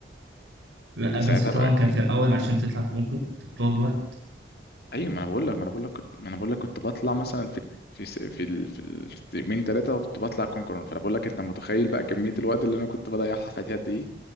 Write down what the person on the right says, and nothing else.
لا
بس طبعا
كان في الاول عشان تطلع كونكر كنت بتقعد وقت